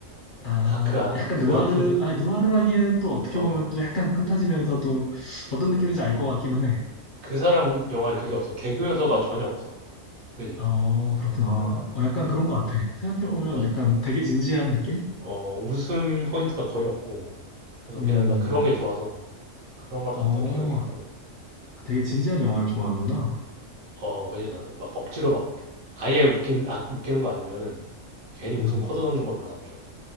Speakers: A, on the left; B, on the right.
A: 아,
B: 다크한
A: 약간
B: 그런
A: 느와르,
B: 분위,
A: 아, 느와르라기에는 또 어떻게
B: 어,
A: 보면 또 약간 판타지면서도 어떤
B: 어.
A: 느낌인지 알 것 같기는 해.
B: 그 사람 영화는 그게 없어. 개그 요소가 전혀 없어. 그지?
A: 어, 그렇구나. 어, 약간
B: 어,
A: 그런 것 같아. 생각해보면
B: 어, 어,
A: 약간 되게 진지한 느낌?
B: 어, 웃음 포인트가 거의 없고. 그래서
A: 음,
B: 그냥 나 그런 게 좋아서 그런 걸 봤던
A: 어,
B: 기억이 있고.
A: 되게 진지한 영화를 좋아하는구나.
B: 어, 그지? 나 막 억지로 막 아예 웃긴, 아, 웃기는 거 아니면은 괜히 웃음
A: 음.
B: 코드 넣는 거 별로 안 좋아해.